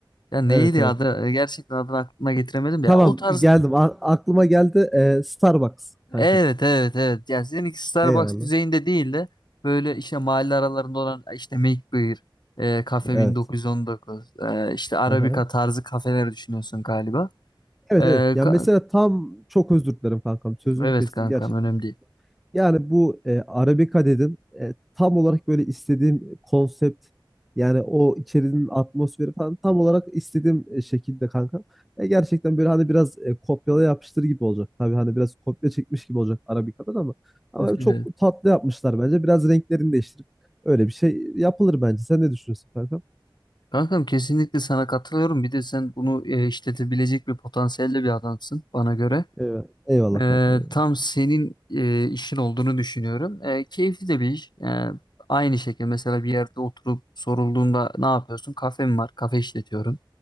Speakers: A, on the left; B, in the centre.
A: Ya neydi
B: evet evet.
A: adı? Ee, Gerçekten adını aklıma getiremedim de.
B: Tamam
A: Ya o tarz
B: geldim. A- aklıma geldi. Ee, Starbucks kanka.
A: evet evet evet. Ya seninki Starbucks
B: Eyvallah.
A: düzeyinde değil de böyle işte mahalle aralarında olan işte McBeer, e, Cafe
B: Evet.
A: 1919, e, işte Arabica
B: Aha.
A: tarzı kafeler düşünüyorsun galiba.
B: Evet
A: Ee,
B: evet. Ya
A: ka-
B: mesela tam çok özür dilerim kankam. Sözünü
A: evet
B: kestim
A: kankam
B: gerçekten
A: önemli
B: çok.
A: değil.
B: Yani bu e, Arabica dedim. E, tam olarak böyle istediğim konsept yani o içerinin atmosferi falan tam olarak istediğim e, şekilde kankam. E, gerçekten böyle hani biraz e, kopyala yapıştır gibi olacak. Tabii hani biraz kopya çekmiş gibi olacak Arabica'dan ama ama
A: <laughs>
B: çok tatlı yapmışlar bence. Biraz renklerini değiştirip öyle bir şey yapılır bence. Sen ne düşünüyorsun kankam?
A: Kankam kesinlikle sana katılıyorum. Bir de sen bunu e, işletebilecek bir potansiyelde bir adamsın bana göre.
B: Evet. Eyvallah
A: E,
B: kankam eyvallah.
A: tam senin e, işin olduğunu düşünüyorum. E, keyifli de bir iş. E, aynı şekilde mesela bir yerde oturup sorulduğunda ne yapıyorsun? Kafem var, kafe işletiyorum